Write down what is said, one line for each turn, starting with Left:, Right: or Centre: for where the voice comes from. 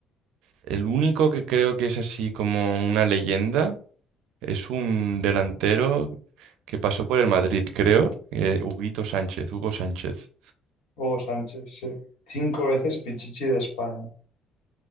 Right: el único que creo que es así como una leyenda es un delantero que pasó por el Madrid, creo. Eh, Huguito Sánchez, Hugo Sánchez.
Left: Hugo Sánchez, sí. Cinco veces Pichichi de España.